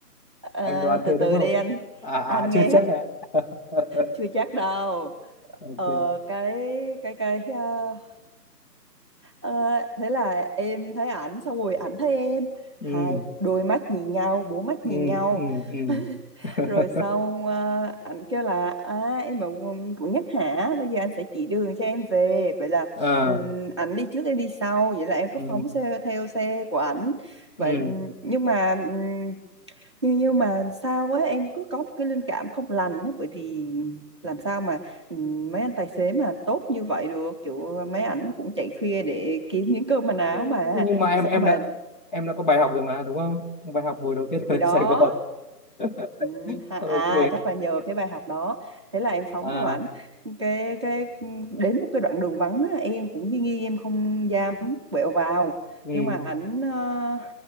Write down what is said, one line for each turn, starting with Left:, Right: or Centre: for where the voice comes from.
Right: ờ,
Left: anh đoán
Right: từ
Left: thế
Right: từ
Left: đúng không
Right: đi anh
Left: à à
Right: anh
Left: chưa
Right: nghe hết
Left: chắc đấy <laughs>
Right: chưa chắc đâu
Left: ok
Right: ờ, cái cái cái ờ, ờ, thế là em thấy ảnh xong rồi ảnh thấy em
Left: ừ
Right: hai đôi mắt nhìn nhau bốn mắt
Left: ừ
Right: nhìn nhau
Left: ừ ừ
Right: <laughs>
Left: <laughs>
Right: rồi xong ờ, ảnh kêu là à, em ở quận quận Nhất hả bây giờ anh sẽ chỉ đường cho em về vậy là
Left: à
Right: ừm, ảnh đi trước em đi sau vậy là em cứ
Left: ừ
Right: phóng xe theo xe của ảnh
Left: ừ.
Right: vậy ừm, nhưng mà ừm, nhưng nhưng mà sao á em cứ có một cái linh cảm không lành đó bởi vì làm sao mà ừm, mấy anh tài xế mà tốt như vậy được kiểu mấy ảnh cũng chạy khuya để kiếm miếng cơm manh áo
Left: Ừ,
Right: mà
Left: nhưng mà em
Right: làm
Left: em
Right: sao mà
Left: đã em đã có bài học rồi mà đúng không bài học buổi đầu tiên
Right: thì
Left: ở
Right: đó
Left: Sài Gòn <laughs>
Right: Ừ, ha,
Left: ok
Right: à chắc là nhờ cái bài học đó thế là em phóng
Left: à
Right: theo ảnh cái cái đến một cái đoạn đường vắng á, em cũng nghi nghi em không dám quẹo vào
Left: ừ
Right: nhưng mà ảnh ờ,